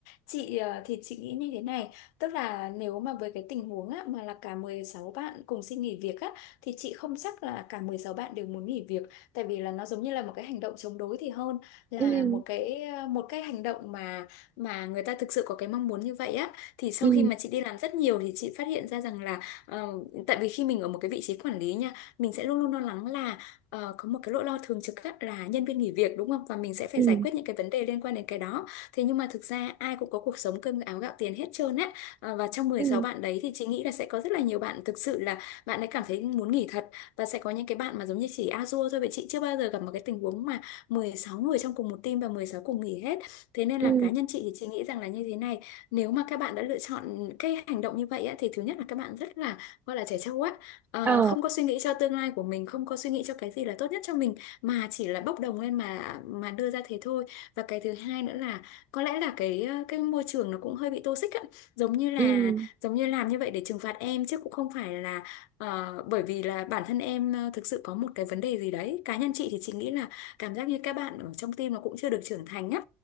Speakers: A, on the left (about 80°); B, on the right (about 20°).
A: Chị ờ, thì chị nghĩ như thế này tức là nếu mà với cái tình huống á, mà là cả 16 bạn cùng xin nghỉ việc á, thì chị không chắc là cả 16 bạn đều muốn nghỉ việc tại vì là nó giống như là một cái hành động chống đối thì hơn là
B: ừ
A: một cái một cái hành động mà mà người ta thực sự có cái mong muốn như vậy á thì sau
B: ừ
A: khi mà chị đi làm rất nhiều thì chị phát hiện ra rằng là ờ, tại vì khi mình ở một cái vị trí quản lý nha mình sẽ luôn luôn lo lắng là ờ, có một cái nỗi lo thường trực á, là nhân viên nghỉ việc đúng không và mình sẽ phải
B: ừ
A: giải quyết những cái vấn đề liên quan đến cái đó Thế nhưng mà thực ra ai cũng có cuộc sống cơm áo gạo tiền hết trơn á. Ờ, Và trong mười
B: ừ
A: sáu bạn đấy thì chị nghĩ là sẽ có rất là nhiều bạn thực sự là bạn ấy cảm thấy muốn nghỉ thật và sẽ có những cái bạn mà giống như chỉ a dua thôi vậy chị chưa bao giờ gặp một cái tình huống mà 16 người trong cùng một team và 16 cùng nghỉ hết. Thế nên
B: ừ
A: là cá nhân chị thì chị nghĩ rằng là như thế này, nếu mà các bạn đã lựa chọn cái hành động như vậy á, thì thứ nhất là các bạn rất là gọi là trẻ trâu á, Ờ,
B: ờ
A: không có suy nghĩ cho tương lai của mình, không có suy nghĩ cho cái gì là tốt nhất cho mình mà chỉ là bốc đồng lên mà mà đưa ra thế thôi. Và cái thứ hai nữa là có lẽ là cái ờ, cái môi trường nó cũng hơi bị toxic á giống như là
B: ừ
A: giống như làm như vậy để trừng phạt em chứ cũng không phải là ờ, bởi vì là bản thân em ờ, thực sự có một cái vấn đề gì đấy cá nhân chị thì chị nghĩ là cảm giác như các bạn ở trong team nó cũng chưa được trưởng thành á